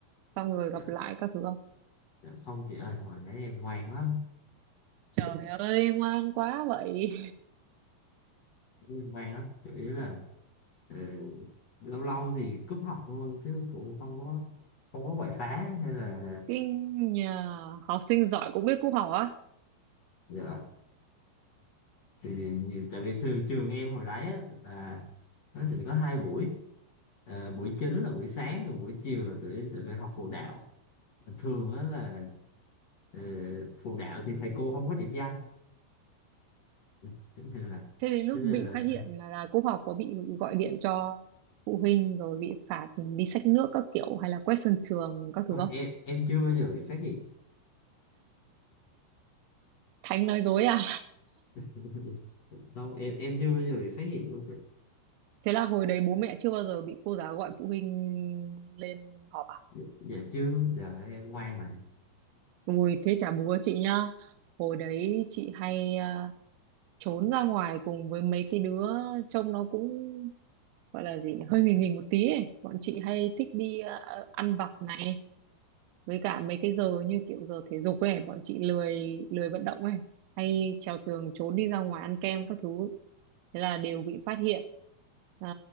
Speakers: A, on the right (about 85°); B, on the left (about 55°).
A: xong rồi
B: Dạ.
A: gặp lại các thứ không
B: Dạ không chị ơi hồi nãy em ngoan lắm
A: trời ơi ngoan quá vậy
B: em ngoan lắm chủ yếu là ờ, lâu lâu thì cúp học thôi chứ cũng không có không có quậy phá hay là
A: <laughs> kinh nhà học sinh giỏi cũng biết cúp học á
B: dạ thì nhiều- tại vì trường trường em hồi đấy á, là nó sẽ có hai buổi Ờ, buổi chính là buổi sáng còn buổi chiều là tụi em sẽ phải học phụ đạo Mà thường á là ờ, phụ đạo thì thầy cô không có điểm danh <laughs> Cho nên là
A: thế đến lúc
B: cho nên
A: bị
B: là
A: phát hiện là là cúp học có bị gọi điện cho phụ huynh rồi bị phạt đi xách nước các kiểu hay là quét sân trường các
B: ôi,
A: thứ không
B: em em chưa bao giờ bị phát hiện
A: Thánh nói dối à
B: <laughs> không em em chưa bao giờ bị phát hiện luôn
A: <laughs> thế là hồi đấy bố mẹ chưa bao giờ bị cô giáo gọi phụ huynh lên họp à
B: dạ, dạ chứ giờ em ngoan mà
A: ui thế chả bố chị nhá hồi đấy chị hay à, trốn ra ngoài cùng với mấy cái đứa trông nó cũng gọi là gì nhỉ? hơi nghỉ nghỉ một tí ấy. Bọn chị hay thích đi ờ, ăn vặt này với cả mấy cái giờ như kiểu giờ thể dục ấy bọn chị lười lười vận động ấy hay trèo tường trốn đi ra ngoài ăn kem các thứ thế là đều bị phát hiện à,